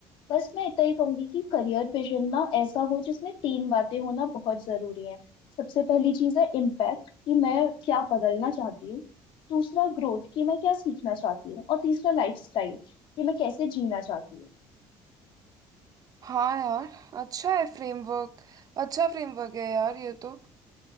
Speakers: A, on the left; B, on the right.
A: बस मैं इतना ही कहूंगी कि करियर विजन ना ऐसा हो जिसमें तीन बातें होना बहुत जरूरी है सबसे पहली चीज है इम्पैक्ट कि मैं क्या बदलना चाहती हूँ दूसरा ग्रोथ कि मैं क्या सीखना चाहती हूँ और तीसरा लाइफस्टाइल कि मैं कैसे जीना चाहती हूँ
B: हाँ यार अच्छा है फ्रेमवर्क अच्छा फ्रेमवर्क है यार ये तो